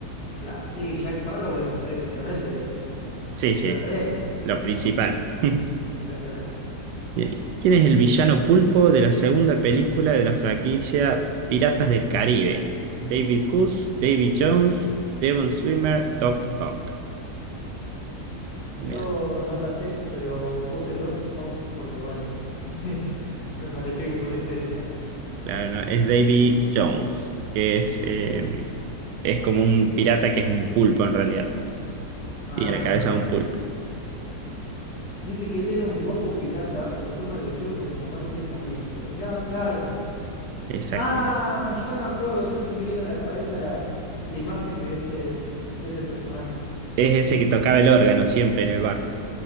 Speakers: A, on the left; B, on the right.
A: Claro, y Jack Sparrow es prácticamente
B: Sí,
A: se
B: sí,
A: trata
B: es
A: de él,
B: lo
A: digamos.
B: principal. <laughs>
A: Exactamente.
B: Bien. ¿Quién es el villano pulpo de la segunda película de la franquicia Piratas del Caribe? David Coase, David Jones, Devon Swimmer, Doc Ock. Bien.
A: Yo no la sé, pero puse Doc Ock porque, bueno, <laughs> me pareció que podía ser esa.
B: Claro, no, es Davy Jones, que es, eh, es como un pirata que es un pulpo en realidad.
A: Ah,
B: Tiene la cabeza
A: mirá.
B: de un pulpo.
A: Dice que él era un guapo pirata, pero fue maldecido por su amante Calipso. Mirá, claro.
B: Exactamente.
A: Ah, ya me acuerdo, ya se me vino a la cabeza la, la imagen de ese, de ese personaje.
B: Es ese que tocaba el órgano siempre en el barco.